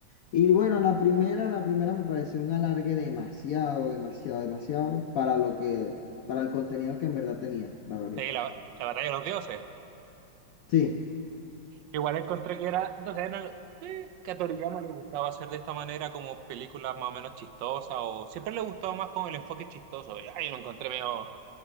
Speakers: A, on the left (about 75°); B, on the right (about 80°).
A: Y bueno, la primera, la primera me pareció un alargue demasiado, demasiado, demasiado para lo que, para el contenido que en verdad tenía, la verdad.
B: Sí, la, la batalla de los dioses.
A: Sí,
B: Igual encontré que era, no sé, no le- eh, que a Toriyama le gustaba hacer de esta manera como películas más o menos chistosas o siempre le gustaba más con el enfoque chistoso. Y ahí lo encontré medio